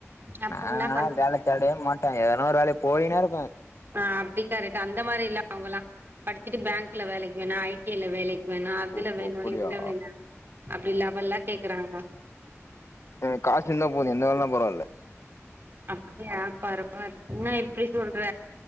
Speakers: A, on the right (about 45°); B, on the left (about 65°).
A: அப்ப
B: நாங்கலா
A: என்ன பண்
B: வேல தேடே மாட்டோ எதனா ஒரு வேலை போயினே இர்ப்பே
A: ஆ அப்டி கரெட் அந்த மாரி இல்ல அவுங்கல்லா படிச்சுட்டு பேங்க்ல வேலைக் வேணா ஐ டி ல வேலெ வேணா அதுல
B: ஓ
A: வேணாலு
B: அப்டியா
A: இதுல வேணா அப்டி லவல்லா கேக்குறாங்கோ
B: என காசு இந்தா போது எந்த வேலலா பரவால்ல
A: அப்டியா பர்வால இன்ன இப்டி சொல்ற